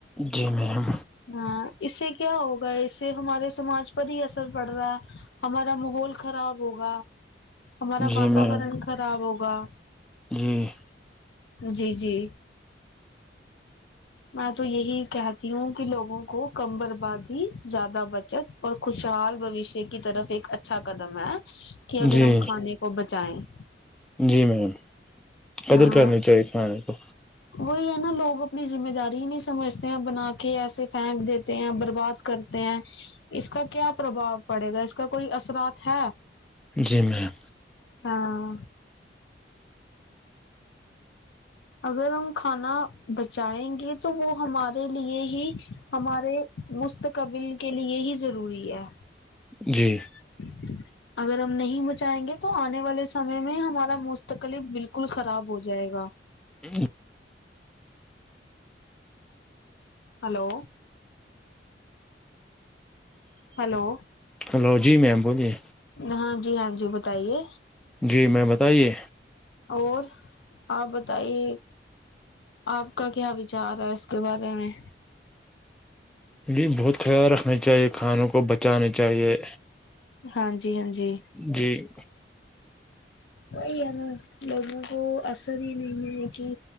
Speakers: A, in the centre; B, on the left.
A: جی میم
B: ہاں اس سے کیا ہوگا اس سے ہمارے سماج پر ہی اثر پڑ رہا ہے ہمارا ماحول خراب ہوگا ہمارا
A: جی
B: واتاورن
A: میم
B: خراب ہوگا
A: جی <unintelligible>
B: جی جی میں تو یہی کہتی ہوں کہ لوگوں کو کم برباد ہی زیادہ بچت اور خوشحال بوشیہ کی طرف ایک اچھا قدم ہے کہ اگر
A: جی
B: ہم کھانے کو چائےیں
A: جی میم قدر
B: ہاں
A: کرنی چاہیے کھانے کو
B: وہی ہے نا لوگ اپنی ذمہ داری ہی نہیں سمجھتے ہیں بنا کے ایسے پھینک دیتے ہیں برباد کرتے ہیں اس کا کیا پربھؤ پڑے گا اس کا کوئی اثرات ہے
A: جی میم
B: ہاں اگر ہم کھانا بچائیں گے تو وہ ہمارے لیے ہی ہمارے مستقبل کے لیے یہی ضروری ہے
A: جی
B: <unintelligible> اگر ہم نہیں بچائیں گے تو آنے والے سمے میں ہمارا مستقل بالکل خراب ہو جائے گا
A: <unintelligible>
B: ہلو ہلو
A: ہلو جی میم بولیے
B: ہاں جی ہاں جی بتائیے
A: جی میں بتائیے
B: اور آپ بتائیے آپ کا کیا وچار ہے اس کے بارے میں
A: ج بہت خیال رکھنا چاہیے کھانوں کو بچانے چاہیے
B: ہاں جی ہاں جی
A: جی <inaudible>
B: وہی ہے نا لوگوں کو اثر بھی نہیں ہے کہ